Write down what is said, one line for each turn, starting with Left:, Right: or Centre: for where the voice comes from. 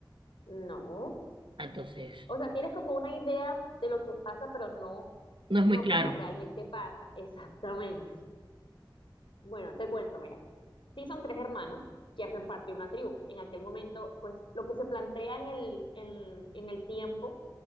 Left: no.
Right: Entonces...
Left: O sea, tienes como una idea de lo que pasa, pero no,
Right: No es
Left: no
Right: muy claro,
Left: como realmente pasa. <laughs> Exactamente. Bueno, te cuento, mira. Sí son tres hermanos que hacen parte de una tribu. En aquel momento, pues lo que se plantea en el, en, en el tiempo